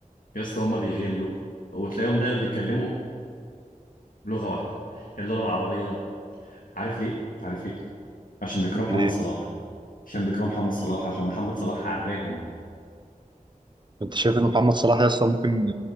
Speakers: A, on the left (about 75°); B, on the right (about 30°).
A: يا اسطى هما بيغلوا وتلاقيهم دايما بيتكلموا لغه واحده هي اللغه العربيه عارف ليه عارف ليه عشان بيكرهوا محمد
B: ليه
A: صلاح عشان بيكرهوا محمد صلاح عشان محمد صلاح عراهم
B: انت شايف ان محمد صلاح يا اسطى ممكن